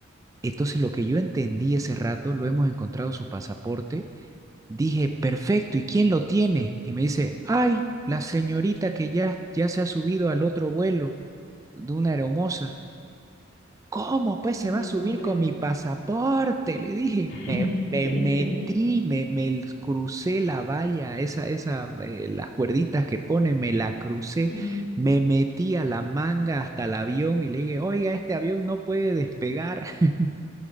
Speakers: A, on the right; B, on the left.
A: Entonces, lo que yo entendí ese rato, lo hemos encontrado su pasaporte. Dije, perfecto, ¿y quién lo tiene? Y me dice, ay, la señorita que ya, ya se ha subido al otro vuelo de una aeromoza. ¿Cómo pues
B: no
A: se va
B: te
A: a subir
B: puedo creer.
A: con mi pasaporte? Le dije,
B: <laughs>
A: me, me metí, me, me crucé la valla, esa, esa, eh, las cuerditas que pone, me la crucé,
B: Mm,
A: me metí a la manga hasta el avión y le dije, oiga, este avión no puede despegar <laughs>